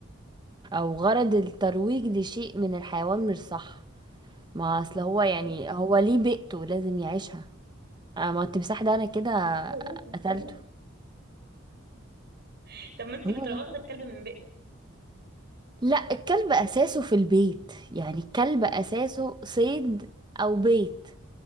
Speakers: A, on the right; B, on the right.
A: أو غرض الترويج لشيء من الحيوان مش صح ما أصل هو يعني
B: ما هو
A: هو ليه بيئته لازم يعيشها آه، ما هو التمساح ده انا كده
B: ما هو بيت
A: قتلته
B: الناس <laughs> طب ما انت
A: مين
B: بتروحي
A: هو ده؟
B: واخدة الكلب من بيت
A: لا الكلب اساسه في البيت يعني الكلب اساسه صيد او بيت